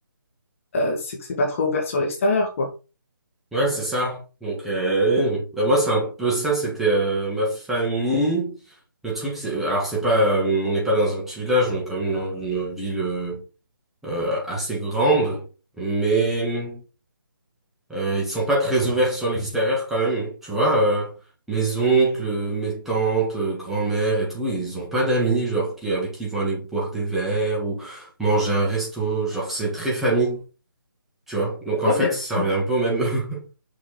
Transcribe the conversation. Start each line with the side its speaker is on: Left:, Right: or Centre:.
Left: euh, c'est que c'est pas trop ouvert sur l'extérieur, quoi.
Centre: Ouais, c'est ça. Donc, euh, bah, moi, c'est un peu ça, c'était euh, ma famille. Le truc, c'est, alors, c'est pas, euh, on n'est pas dans un petit village, on est quand même dans une ville euh, euh, assez grande, mais. Euh, ils sont pas très ouverts sur l'extérieur quand même, tu vois. euh, mes oncles, euh, mes tantes, euh, grand-mère et tout, ils ont pas d'amis, genre, qui, avec qui ils vont aller boire des verres ou manger un resto. Genre, c'est très famille, tu vois. Donc, en
Left: Ouais,
Centre: fait,
Left: mais
Centre: ça
Left: mm,
Centre: revient un peu au même. <laughs>